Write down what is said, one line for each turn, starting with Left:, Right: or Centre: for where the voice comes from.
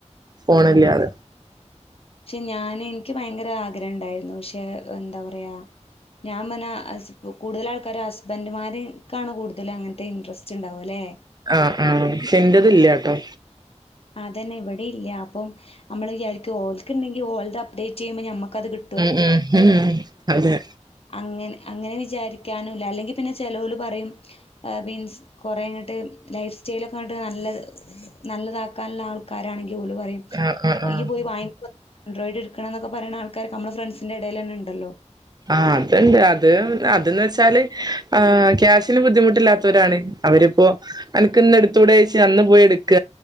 Right: ഫോണില്ലാതെ
Left: ഉം. പക്ഷെ ഞാന് നിക്ക് ഭയങ്കര ആഗ്രഹണ്ടായിരുന്നു പക്ഷേ എന്താ പറയാ ഞാൻ പറഞ്ഞ കൂടുതൽ ആൾക്കാര് ഹസ്ബൻഡുമാര്ക്കാണ് കൂടുതല് അങ്ങനത്തെ ഇൻടറസ്റ്റ് ഉണ്ടാവ ല്ലെ
Right: ആഹ ആഹ പക്ഷെ ഇൻ്റെത് ല്യാട്ടൊ
Left: അതന്നെ ഇവിടില്യ അപ്പം നമ്മള് വിചാരിക്കും ഓൽക്ക്ണ്ടെങ്കിൽ ഓൽത് അപ്ഡേറ്റ് ചെയ്യുമ്പം നമ്മുക്കത് കി
Right: ഉം ഉം ഉംഉം അതെ
Left: അങ്ങനെ അങ്ങനെ വിചാരിക്കാനൂല്ല അല്ലെങ്കി പിന്നെ ചെലോല് പറയും അ മിൻസ് കുറേങ്ങട്ട് ലൈഫ്സ്റ്റൈലൊക്കെ ഇങ്ങട്ട് നല്ലത് നല്ലതാക്ക ക്കാൻള്ള ആൾക്കാരാണെങ്കി ഓല് പറയും
Right: ആ ആ
Left: വ
Right: ആ
Left: ഇയ്യ് പോയി വാങ്ങിക്കെ ആൻഡ്രോയിഡ് ഇട്ക്കണംന്നൊക്കെ പറിണ ആൾക്കാരൊക്കെ നമ്മളെ ഫ്രണ്ട്സിന്റെ എടേലെന്നെണ്ടല്ലൊ
Right: ആഹ അത്ണ്ട് അത് അതന്ന് വെച്ചാല് ആ ക്യാഷിന് ബുദ്ധിമുട്ടില്ലാത്തവരാണ് അവരിപ്പോ അനക്ക്ന്ന്ടുത്തുകൂടെയച് അന്ന് പോയിട്ക്ക